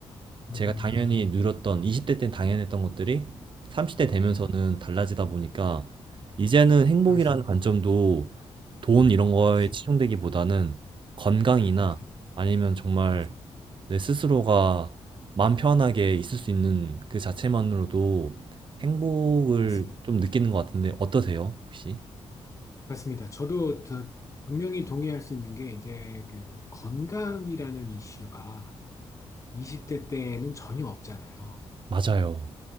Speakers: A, on the left; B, on the right.
A: 음,
B: 제가 당연히 누렸던 20대 때 당연했던 것들이 30대 되면서는
A: 네.
B: 달라지다 보니까 이제는 행복이라는
A: 그럴 수 있,
B: 관점도 돈 이런 거에
A: 그럴 수
B: 치중되기보다는
A: 있죠.
B: 건강이나
A: 그럴 수 있,
B: 아니면 정말
A: 맞,
B: 내 스스로가 마음 편하게 있을 수 있는 그 자체만으로도 행복을
A: 맞습니다.
B: 좀 느끼는 것 같은데 어떠세요, 혹시?
A: 맞습니다. 저도 저 분명히 동의할 수 있는 게 이제 그 건강이라는 이슈가 20대 때는 전혀 없잖아요.
B: 맞아요.